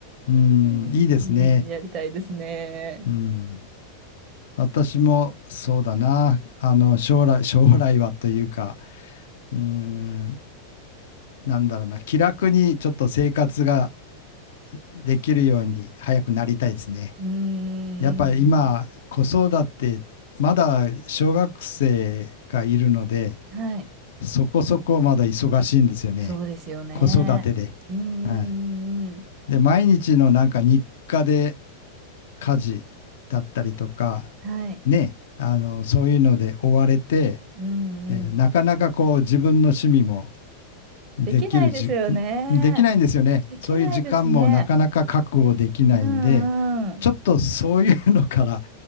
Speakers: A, on the left; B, on the right.
A: うーん。
B: <laughs>
A: いいですね。
B: やりたいですね。
A: うん。私もそうだな。あの、将来、将来はというか、うーん、なんだろうな。気楽にちょっと生活ができるように早くなりたいですね。
B: うーん。
A: やっぱり今、子育て、まだ小学生がいるので、
B: はい。
A: そこそこまだ忙しいんですよね。
B: そうですよね。
A: 子育てで。
B: うんんん。
A: はい。で、毎日のなんか日課で家事だったりとか、
B: はい。
A: ね、あの、そういうので追われて、
B: うんうん。
A: えーなかなかこう自分の趣味もできるじ、
B: できないですよね。
A: できないんですよね。
B: できないですね。
A: そういう時間もなかなか確保できないんで、
B: うんうん。
A: ちょっとそういうのから、